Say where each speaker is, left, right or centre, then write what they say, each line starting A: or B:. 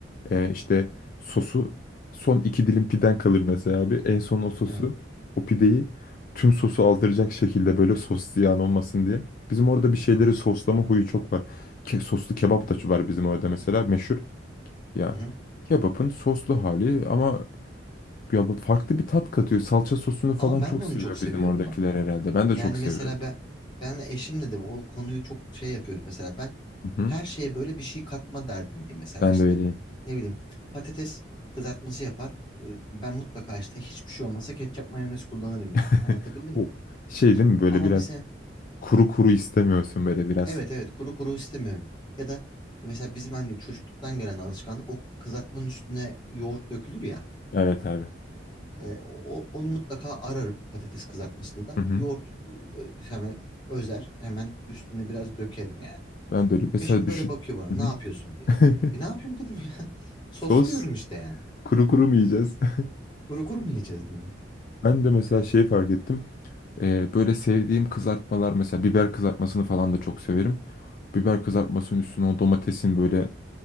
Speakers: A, on the left; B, on the left.
A: e, işte sosu son iki dilim piden kalır mesela abi en son o sosu
B: Evet.
A: o pideyi tüm sosu aldıracak şekilde böyle sos ziyan olmasın diye. Bizim orada bir şeyleri
B: Aha,
A: soslama huyu çok var. Ke- soslu kebap
B: evet.
A: da var bizim orada mesela meşhur. Yani
B: Hı-hı.
A: kebapın soslu hali ama ya bu farklı
B: Evet.
A: bir tat katıyor. Salça sosunu falan
B: Ama ben
A: çok
B: de
A: seviyor
B: onu çok seviyorum
A: bizim oradakiler
B: bak.
A: herhalde. Ben de
B: Yani
A: çok seviyorum.
B: mesela ben ben eşimle de o konuyu çok şey yapıyoruz mesela ben
A: Hı hı.
B: her şeye böyle bir şey katma derdindeyim mesela
A: Ben
B: işte
A: de öyleyim.
B: ne bileyim patates kızartması yapar E, ben mutlaka işte hiçbir şey olmasa ketçap mayonez kullanırım yani
A: <laughs>
B: anlatabildim
A: O
B: mi?
A: şey değil mi böyle
B: Ama
A: biraz
B: mesela
A: kuru kuru istemiyorsun böyle biraz.
B: evet evet kuru kuru istemiyorum ya da mesela bizim anne çocukluktan gelen alışkanlık o kızartmanın üstüne yoğurt dökülür ya
A: Evet abi.
B: E, o, o- onu mutlaka ararım patates kızartmasında da
A: Hı hı.
B: yoğurt e, ö- hemen özer hemen üstüne biraz dökerim yani.
A: Ben de öyle mesela
B: Eşim böyle
A: düşün.
B: bakıyor bana
A: Hı
B: ne
A: hı.
B: yapıyorsun diye.
A: <laughs>
B: E ne yapayım dedim ya. <laughs> Sosluyorum
A: Sos
B: işte yani.
A: kuru kuru mu yiyeceğiz? <laughs>
B: Kuru kuru mu yiyeceğiz bunu?
A: Ben de mesela şeyi fark ettim. Ee, böyle sevdiğim kızartmalar mesela biber kızartmasını falan da çok severim. Biber kızartmasının
B: Hı hı.
A: üstüne o domatesin böyle